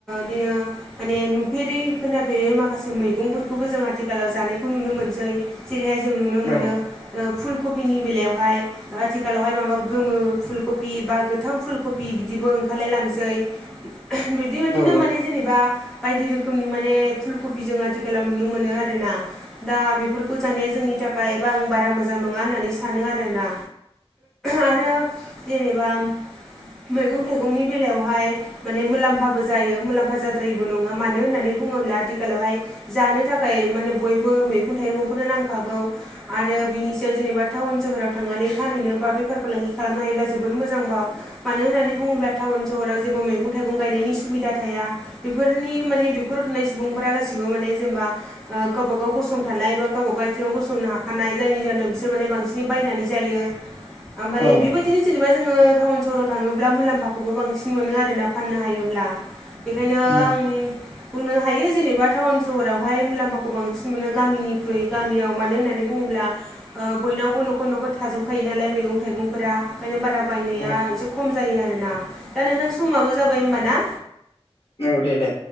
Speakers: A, in the centre; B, on the left.
A: बिदिनो माने नुफेरै खोनाफेरै माखासे मैगंफोरखौबो जों आथिखालाव जानायखौ नुनो मोनसै जेरैहाय जों नुनो मोनो
B: औ
A: फुल कफिनि बेलायावहाय आथिखालावहाय माबा गोमो फुलकपि बा गोथां फुलकपि बिदि बिदिबो ओंखारलाय लांसै बिदिबायाददिनो
B: औ
A: माने जेनेबा बायदि रोखोमनि माने फुल कपि जों आथिखालाव नुनो मोनो आरोना दा बेफोरखौ जानाया जोंनि थाखायबा आं बारा मोजां नङा होननानै सानो आरोना आरो जेनेबा मैगं थाइगंनि बेलायावहाय माने मुलाम्फाबो जायो मुलाम्फा जाद्रायबो नङा मानो होननानै बुङोब्ला आथिखालावहाय जानो थाखाय माने बयबो मैगं थाइगंखौनो नांखागौ आरो बिनि सायाव जेनेबा टाउन सोहोराव थांनानै फानहैनो बा बेफार फालांगि खालामनो हायोब्ला जोबोर मोजां बाव। मानो होननानै बुङोब्ला टाउन सहराव जेबो मैगं थाइगं गायनायनि सुबिदा थाया। बेफोरनि माने बेफोर थानाय सुबुंफोरा गासिबो माने जेनेबा गावब गाव गसंथानाय बा गावबा गाव आथिङाव गसंनो हाखानाय जायनि जनावसोराने बांसिन बिसिनि बायनानै जायो ओमफ्राय
B: औ
A: बेबायदिनो जेनेबा जोङो थाउन सहराव थाङोब्ला मुलाम्फाखौ बांसिन मोन आरोना फाननो हायोब्ला बेनिखायनो
B: उम
A: आं बुंनो हायो जेनेबा टाउन सहरावहाय मुलाम्फाखौ बांसिन मोनो गामिनिख्रुइ गामियाव मानो होननानै बुङोब्ला ओ बयनावबो न'खर न'खर थाजोबखायो नालाय मैगं थाइगंफोरा ओंखायनो बारा बायनाया
B: औ
A: एसे खम जायो आरो ना दा नोंथां समाबो जाबाय हबा ना?
B: औ दे दे